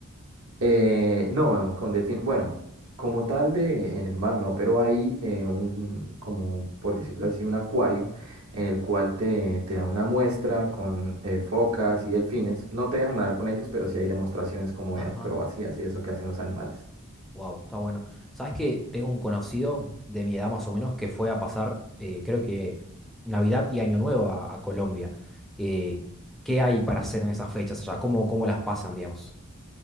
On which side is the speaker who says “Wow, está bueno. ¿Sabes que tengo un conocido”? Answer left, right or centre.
Centre